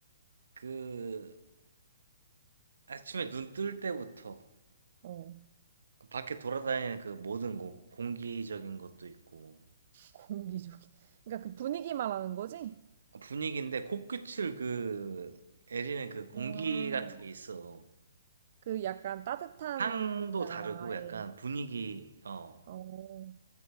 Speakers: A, on the right; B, on the right.
A: 그 아침에 눈 뜰 때부터
B: 어.
A: 그 밖에 돌아다니는 그 모든 공, 공기적인 것도 있고
B: 공기적인. 그러니까 그 분위기 말하는 거지?
A: 아, 분위기인데 코끝을 그 애리는 그 공기
B: 아.
A: 같은 게 있어.
B: 그 약간 따뜻한
A: 향도
B: 나라의
A: 다르고 약간 분위기, 어,
B: 어.